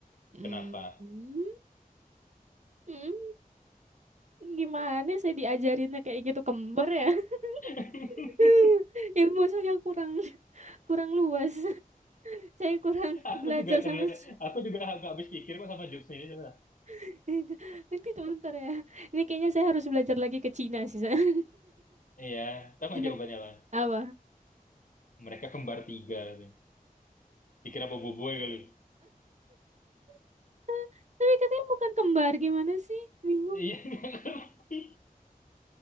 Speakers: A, on the right (about 50°); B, on the left (about 65°).
A: Mm.
B: Kenapa?
A: Mm. Gimana saya diajarinnya kayak gitu kembar ya? <laughs>
B: <laughs>
A: Ilmu saya kurang kurang luas. <laughs> Saya kurang
B: Aku
A: belajar
B: juga kena,
A: sampai C-
B: aku juga nggak habis pikir kok sama jokes ini. coba.
A: <laughs> nanti tuh bentar ya. Ini kayaknya saya harus belajar lagi ke Cina sih saya. <laughs>
B: Iya, tahu nggak
A: Ya,
B: jawabannya, Lan?
A: Apa?
B: Mereka kembar tiga. gitu. Dikira boboiboy kali.
A: <laughs> Tapi katanya bukan kembar, gimana sih? Bingung.
B: Iya <laughs> nggak ngerti.